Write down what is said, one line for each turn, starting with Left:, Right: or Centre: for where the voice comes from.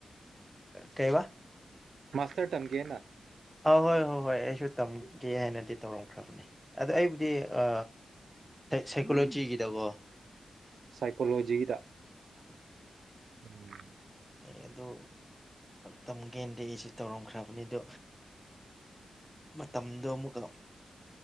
Centre: ꯀꯩꯕ
Right: ꯃꯥꯁꯇꯔ ꯇꯝꯒꯦꯅ
Centre: ꯑ ꯍꯣꯏ ꯍꯣꯏ ꯍꯣꯏ ꯑꯩ ꯁ ꯇꯝꯒꯦ ꯍꯥꯏꯅꯗꯤ ꯇꯧꯔꯝꯈ꯭ꯔꯕꯅꯤ ꯑꯗ ꯑꯩꯕꯨꯗꯤ ꯑ ꯁꯥꯏꯀꯣꯂꯣꯖꯤꯒꯤꯗꯀꯣ
Right: ꯁꯥꯏꯀꯣꯂꯣꯖꯤꯗ ꯎꯝ
Centre: ꯑꯩ ꯑꯗꯨ ꯇꯝꯒꯦꯗꯤ ꯑꯩꯁꯤꯦ ꯇꯧꯔꯝꯈ꯭ꯔꯕꯅꯤꯗꯣ ꯃꯇꯝ ꯑꯗꯨꯣꯃꯨ ꯀ